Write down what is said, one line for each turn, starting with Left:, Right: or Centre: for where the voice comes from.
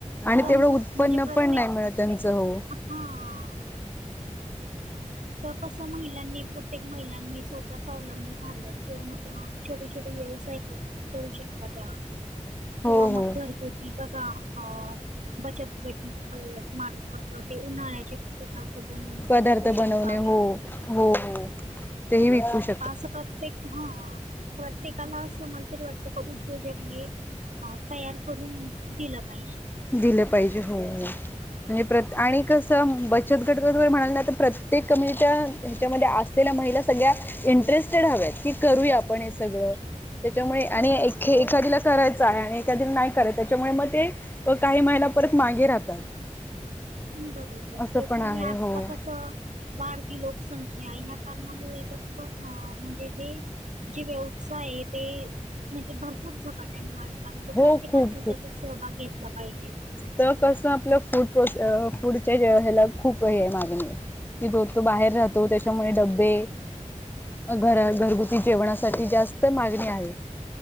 Left: आणि
Right: तर
Left: तेवढं
Right: मग
Left: उत्पन्न
Right: म्हणजे प्रत्येक
Left: पण नाही मिळत त्याचं हो.
Right: हा तर कसं महिलांनी प्र प्रत्येक महिलांनी स्वतः स्वावलंबी झालं किंवा मग छोटे छोटे व्यवसाय कर करू शकता त्या किंवा
Left: हो हो
Right: मग घरगुती बघा अ बचत गट मार्फत ते उन्हाळ्याचे पदार्थ बनवून
Left: पदार्थ
Right: ते विकू शकतात
Left: बनवणे हो हो तेही विकू शक
Right: असं प्रत्येक हा प्रत्येकाला असं मला तरी वाटतं का उद्योजक हे अ तयार करून दिलं पाहिजे
Left: दिलं पाहिजे हो म्हणजे प्र आणि कसं बचत गट म्हणाला तर प्रत्येक कम्युनिटी हच्यामध्ये ल्या महिला सगळ्या इंटरेस्टेड हव्यात की करूया आपण हे सगळं त्याच्यामुळे आणि ए एखादीला करायचं आहे आणि एखादीला नाही कराय त्याच्यामुळे मग ते काही महिला परत मागे राहतात
Right: बरोबर
Left: असं
Right: तेच
Left: पण
Right: आणि
Left: आहे
Right: आता
Left: हो
Right: कसं वाढती लोकसंख्या या कारणामुळे कसं म्हणजे हे जे व्यवसाय आहे ते म्हणजे भरपूर झपाट्याने वाढत आहे तो
Left: हो
Right: प्रत्येकाने
Left: खूप
Right: त्याचा सहभाग घेतला पाहिजे.
Left: तर कसं आपलं फूड प्रोसे फूडच्या ज ह्याला खूप हे मागणी हाय. की जो तो बाहेर राहतो त्याच्यामुळे डब्बे घर घरगुती जेवणासाठी जास्त मागणी आहे